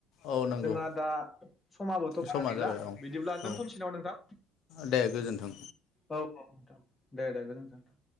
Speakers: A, on the left (about 65°); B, on the left (about 15°).
A: औ नंगौ
B: जोंहा दा समाबोथ' बारा
A: समा
B: गैला
A: जाबाय औ
B: बिदिब्ला दोनथ'नोसै
A: औ
B: नामा नोंथां
A: दे गोजोन्थों
B: औ औ नोंथां। दे दे दे गोजोनथों।